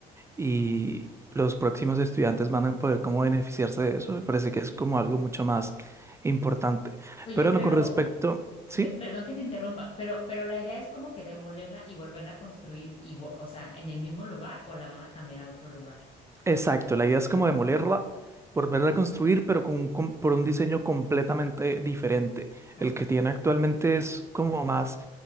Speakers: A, on the right (about 15°); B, on the left (about 35°).
A: y los próximos estudiantes van a poder como beneficiarse de eso. Me parece que es como algo mucho más importante.
B: Oye,
A: Pero
B: pero,
A: no, con respecto, sí.
B: ve- perdón que te interrumpa, pero, pero la idea es como que demolerla y volverla a construir igua- o sea, en el mismo lugar o la van a cambiar a otro lugar.
A: Exacto, la idea es como demolerla, volverla a construir, pero con un, com- por un diseño completamente diferente.
B: Ok,
A: El que tiene actualmente es como más